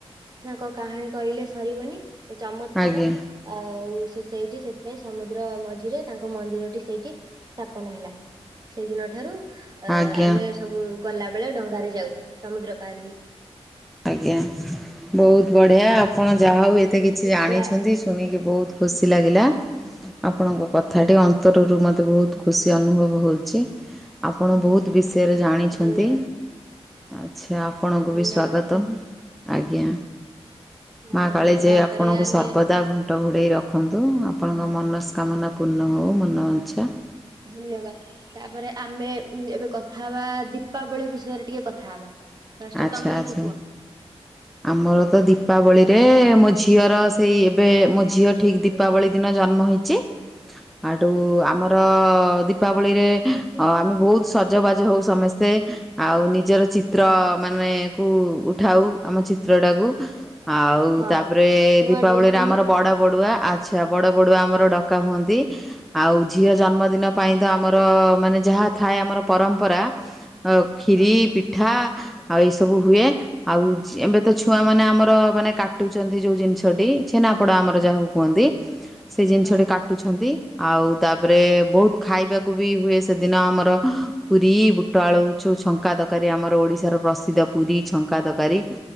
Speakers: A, on the right (about 40°); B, in the centre.
A: ତାଙ୍କ କାହାଣୀ କହିଲେ ସରିବନି। ଚମକ ତାର
B: ଆଜ୍ଞା।
A: ଆଉ ସେ ସେଇଠି ସେଥିପାଇଁ ସମୁଦ୍ର ମଝିରେ ତାଙ୍କ ମନ୍ଦିରଟି ସେଇଠି ସ୍ଥାପନ ହେଲା ସେଇଦିନ ଠାରୁ ଅ
B: ଆଜ୍ଞା।
A: ଆମେ ସବୁ ଗଲାବେଳେ ଡଙ୍ଗାରେ ଯାଉ ସମୁଦ୍ର ପାରହେଇ।
B: ଆଜ୍ଞା ବହୁତ ବଢ଼ିଆ ଆପଣ ଯାହା ହଉ ଏତେ
A: ଏମିତି
B: କିଛି ଜାଣିଛନ୍ତି।
A: ଥିଲା
B: ଶୁଣିକି ବହୁତ ଖୁସି ଲାଗିଲା ଆପଣଙ୍କ କଥାଟି ଅନ୍ତରରୁ ମତେ ବହୁତ ଖୁସି ଅନୁଭବ ହଉଛି ଆପଣ ବହୁତ ବିଷୟରେ ଜାଣିଛନ୍ତି।
A: ଧନ୍ୟବାଦ
B: ଆଚ୍ଛା ଆପଣଙ୍କୁ
A: ଧନ୍ୟବାଦ
B: ବି ସ୍ଵାଗତମ। ଆଜ୍ଞା ମା
A: ଆଉ
B: କାଳଜାଇ
A: ତାପରେ
B: ଆପଣଙ୍କୁ
A: ଆମେ
B: ସର୍ବଦା ଘଣ୍ଟ ଘୋଡେଇ ରଖ ରଖନ୍ତୁ ଆପଣଙ୍କ ମନସ୍କାମନା ପୂର୍ଣ୍ଣ ହେଉ। ମନମାଞ୍ଚା
A: ଧନ୍ୟବାଦ ତାପରେ ଆମେ ଏବେ କଥା ହେବା ଦୀପାବଳି ବିଷୟରେ ଟିକେ କଥା ହବା। ଫାଷ୍ଟ
B: ଆଚ୍ଛା
A: ତମେ କିଛି
B: ଆଚ୍ଛା
A: କୁହ
B: ଆମର ତ ଦୀପାବଳିରେ
A: ଦୀପାବଳି
B: ମୋ ଝିଅର ସେଇ ଏବେ ମୋ ଝିଅ ଠିକ୍ ଦୀପାବଳି ଦିନ ଜନ୍ମ ହେଇଛି। ଆଡୁ
A: ହୁଁ
B: ଆମର ଦୀ ଦୀପାବଳିରେ ଆମେ ବହୁତ ସଜବାଜ ହଉ ସମସ୍ତେ ଆଉ ନିଜର ଚିତ୍ର ମାନେ କୁ ଉଠାଉ ଆମ ଚିତ୍ରଟାକୁ। ଆଉ
A: ହଁ
B: ତାପରେ
A: ନୂଆ
B: ଦୀପାବଳିରେ
A: ଡ୍ରେସ ପିନ୍ଧୁ
B: ଆମର ବଡ ବଡୁଆ ଆ ଆଚ୍ଛା ବଡ଼ ବଡୁଆ ଆମର
A: ହଁ
B: ଡକା ହୁଅନ୍ତି। ଆଉ ଝିଅ ଜନ୍ମଦିନ ପାଇଁ ତ ଆମର ମାନେ ଯାହା ଥାଏ ଆମର ପରମ୍ପରା ଅଉ କ୍ଷୀରି
A: ହଁ
B: ପିଠା ଆଉ ଏଇ ସବୁ ହୁଏ ଆଉ ଜେମ୍ ଏବେ
A: ହୁଁ
B: ତ ଛୁଆମାନେ ଆମର ମାନେ କାଟୁଛନ୍ତି ଯୋଉ ଜିନିଷଟି ଛେନାପଡା ଆମର ଯାହାକୁ କୁହନ୍ତି। ସେ ଜିନିଷଟେ
A: ହଁ
B: କାଟୁଛ। ଛନ୍ତି ଆଉ ତାପରେ ବହୁତ ଖାଇବାକୁ ବି ହୁଏ ସେଦିନ ଆମର ପୁରୀ ବୁ ପଆଳୁଛୁ
A: ହଁ
B: ଛଙ୍କା ତରକାରୀ ଆମର ଓଡିଶାର ପ୍ର ସିଦ୍ଧ ପୁରୀ ଛଙ୍କା ତରକାରୀ